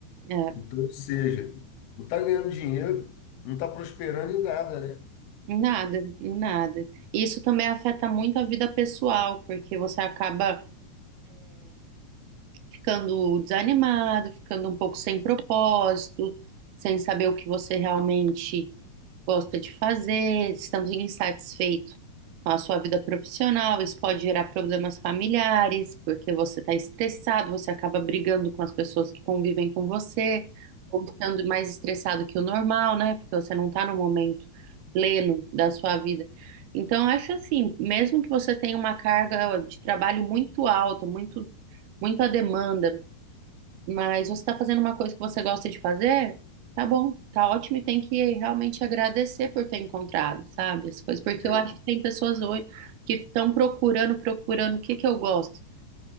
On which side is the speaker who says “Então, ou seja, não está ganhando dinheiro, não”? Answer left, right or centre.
Left